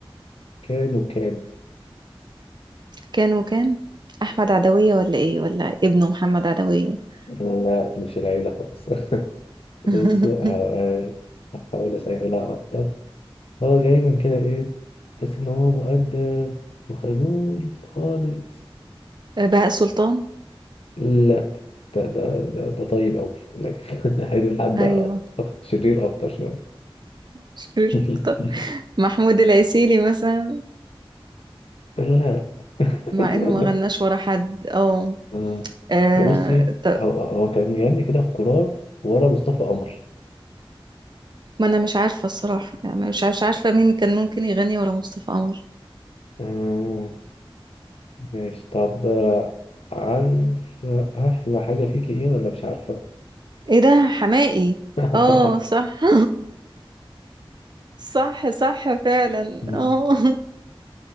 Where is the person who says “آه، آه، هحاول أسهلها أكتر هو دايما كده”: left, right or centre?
Left